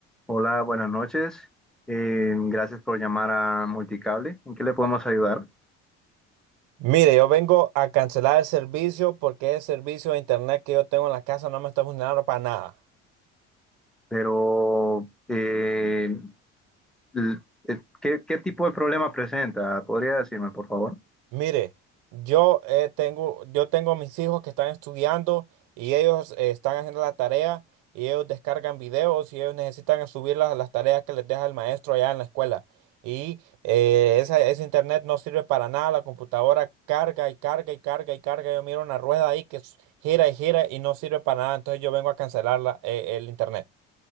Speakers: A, in the centre; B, on the right (about 60°).
A: Hola, buenas noches. Eh, gracias por llamar a Multicable. ¿En qué le podemos ayudar?
B: Mire, yo vengo a cancelar el servicio porque el servicio de internet que yo tengo en la casa no me está funcionando para nada.
A: Pero, eh, l- eh, ¿qué, qué tipo de problema presenta? ¿Podría decirme, por favor?
B: Mire, yo eh, tengo, yo tengo mis hijos que están estudiando y ellos eh, están haciendo la tarea y ellos descargan videos y ellos necesitan subir las, las tareas que les deja el maestro allá en la escuela. Y eh, esa- ese internet no sirve para nada, la computadora carga y carga y carga y carga. Yo miro una rueda ahí que s- gira y gira y no sirve para nada. Entonces yo vengo a cancelar la- eh, el internet,